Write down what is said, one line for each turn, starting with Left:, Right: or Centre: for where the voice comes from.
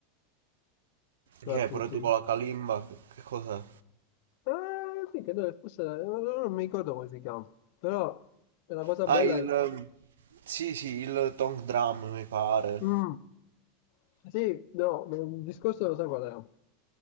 Left: Tra
Right: Che è
Left: tutti.
Right: pure tu con la kalimba? Che cos'è?
Left: Eh, sì, credo che fosse, non non mi ricordo come si chiama, però è una cosa
Right: Ah,
Left: bella.
Right: il...
Left: che-
Right: ehm, Sì, sì, il Tong Drum mi pare.
Left: Mm, sì, no, il discorso lo so qual era.